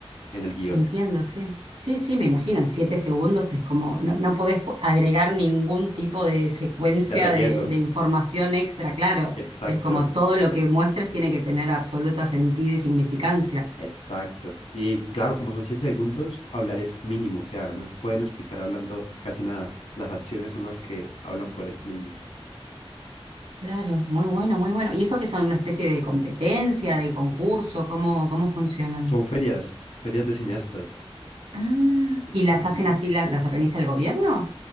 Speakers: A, on the left (about 80°); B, on the right (about 75°).
A: en el guión.
B: Entiendo, sí. Sí, sí, me imagino, en siete segundos es como, no, no podés po- agregar ningún tipo de secuencia
A: De relleno,
B: de, de información extra, claro.
A: exacto,
B: Es como todo lo que muestres tiene que tener absoluto sentido y significancia.
A: exacto. Y claro, como son siete segundos, hablar es mínimo, o sea, no pueden explicar hablando casi nada. Las acciones son las que hablan por ellos mismos.
B: Claro, muy bueno, muy bueno. ¿Y eso que son una especie de competencia, de concurso? ¿Cómo, cómo funcionan?
A: Son ferias, ferias de cineastas.
B: Ah, ¿y las
A: Ujú.
B: hacen así, la- las organiza el gobierno